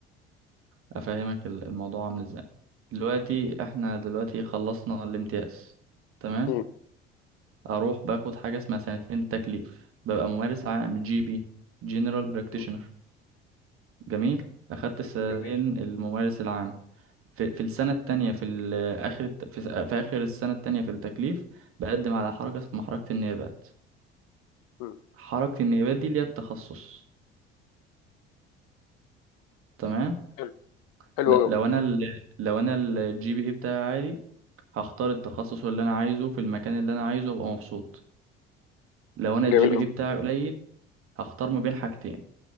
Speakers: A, on the right; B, on the left.
A: افهمك ال- الموضوع عامل ازاي دلوقتي
B: ماشي.
A: احنا دلوقتي خلصنا الامتياز تمام
B: مم.
A: اروح باخد حاجه اسمها سنتين تكليف ببقى ممارس عام جي بي جنرال براكتيشنر
B: مم.
A: جميل اخدت السنتين
B: جميل
A: الممارس العام في, في السنه التانية في ال- اخر الت- في, س- في اخر السنه التانية في التكليف بقدم على حركه اسمها حركه النيابات
B: مم.
A: حركه النيابات دي ليها التخصص تمام
B: حلو حلو
A: لا
B: أوي.
A: لو انا ال... لو انا الجي بي اي بتاعي عالي هختار التخصص اللي انا عايزه في المكان اللي انا عايزه وابقى مبسوط لو انا الجي
B: جميل
A: بي
B: قوي
A: اي بتاعي قليل هختار ما بين حاجتين